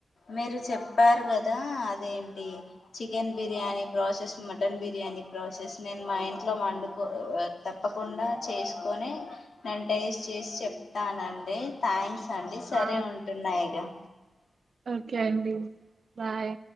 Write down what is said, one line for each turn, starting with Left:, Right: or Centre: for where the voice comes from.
Left: మీరు చెప్పారు కదా అదేంటి chicken biryani process mutton biryani process నేను మా ఇంట్లో వండుకో తప్పకుండా చేసుకోనే నేను టేస్ట్ చేసి చెప్తానండి థ్యాంక్స్ అండి సరే
Right: ఆ!
Left: ఉంటున్నాయిక
Right: ఓకే అండి బాయ్